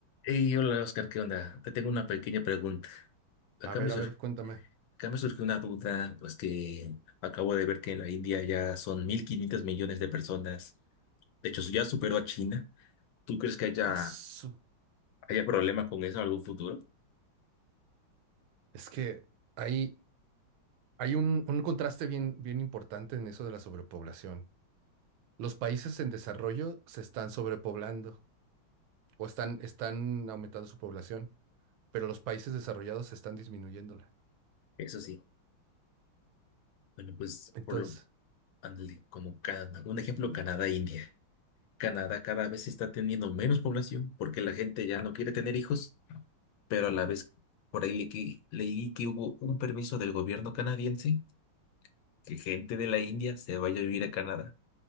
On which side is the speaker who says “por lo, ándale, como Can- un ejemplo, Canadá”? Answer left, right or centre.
Left